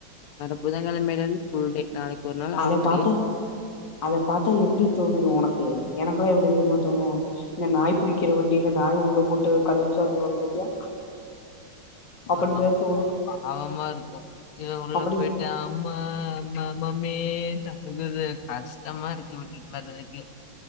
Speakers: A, on the left; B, on the left.
A: வர புதன்கொழமைலருந்து ஃபுல் டே நாளைக்கு ஒரு நாள்
B: அத
A: ஆஃப்
B: பாத்தா
A: டே
B: அத பாத்தா எப்டி தோணுது உனக்கு, எனக் அப்ப எப்டி தெரியுமா தோணு இந்த நாய் புடிக்கிற வண்டில நாய உள்ள போட்டு கதவு சாத்துவாங்க பாத்தியா அப்படிதா
A: ஆ ஆமாக்கா
B: தோணு
A: பாவமா இருக்கு, இவ உள்ள
B: அப்படி
A: போயிட்டு அம்மா அம்மா மம்மினு அழுகுது கஷ்டமா இருக்கு இவங்களுக்கு வர்றதுக்கே